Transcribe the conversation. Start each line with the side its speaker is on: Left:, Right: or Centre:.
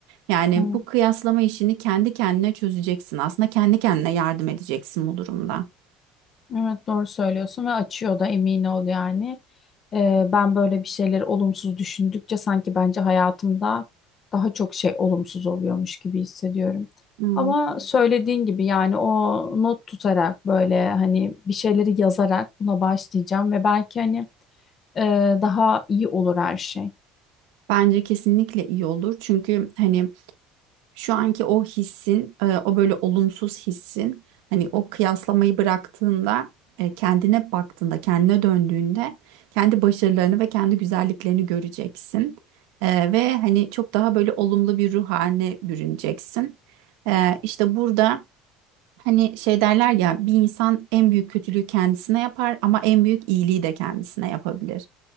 Right: Yani
Left: Evet.
Right: bu kıyaslama işini kendi kendine çözeceksin aslında kendi kendine yardım edeceksin bu durumda.
Left: Evet doğru söylüyorsun ve açıyor da emin ol yani. Ee, ben böyle bir şeyler olumsuz düşündükçe sanki bence hayatımda daha çok şey olumsuz oluyormuş gibi hissediyorum.
Right: Hmm.
Left: Ama söylediğin gibi yani o not tutarak böyle hani bir şeyleri yazarak buna başlayacağım ve belki hani e, daha iyi olur her şey.
Right: Bence kesinlikle iyi olur. Çünkü hani şu anki o hissin, e, o böyle olumsuz hissin, hani o kıyaslamayı bıraktığında, e, kendine baktığında, kendine döndüğünde kendi başarılarını ve kendi güzelliklerini göreceksin. E, ve hani çok daha böyle olumlu bir ruh haline bürüneceksin. E, işte burada hani şey derler ya bir insan en büyük kötülüğü kendisine yapar ama en büyük iyiliği de kendisine yapabilir.